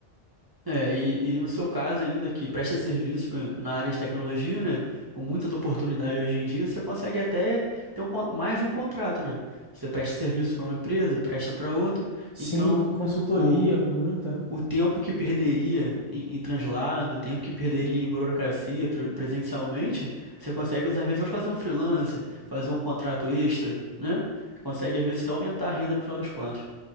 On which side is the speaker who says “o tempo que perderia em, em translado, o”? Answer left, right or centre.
Right